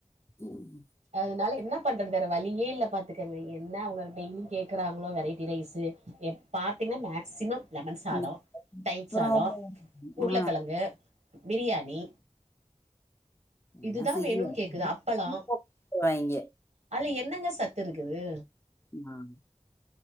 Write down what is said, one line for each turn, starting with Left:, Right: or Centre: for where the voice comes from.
Left: ம்
Right: அதுனால என்னப் பண்றது வேற வழியே இல்ல பாத்துக்கங்க என்ன அவங்க டெய்லியு கேக்குறாங்களோ வெரைட்டி ரைஸு எ பாத்தீங்னா மேக்ஸிமம் லெமன் சாதோ
Left: ம்.
Right: தயிர்
Left: அப்புறம்
Right: சாதோ உருளக்கெழங்கு
Left: ஆ
Right: பிரியாணி
Left: என்ன
Right: இதுதா
Left: செய்ய
Right: வேணுன்னு கேக்குது
Left: <unintelligible>
Right: அப்பளோ
Left: போட்ருவாய்ங்க
Right: அதுல என்னங்க சத்துருக்குது
Left: மாம்